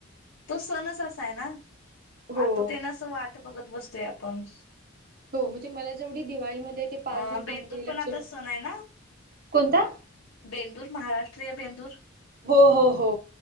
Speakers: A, on the left; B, on the right.
A: तो सणच असा आहे ना,
B: हो
A: आता ते नस च वाट बघत बसतोय आपण,
B: हो म्हणजे मला जेवढी दिवाळीमध्ये ते पाच
A: अ
B: दिवसांमध्ये
A: बेंदूर
B: लक्ष्मी,
A: पण आता सण आहे ना
B: कोणता?
A: बेंदूर महाराष्ट्रीय बेंदूर.
B: हो हो हो.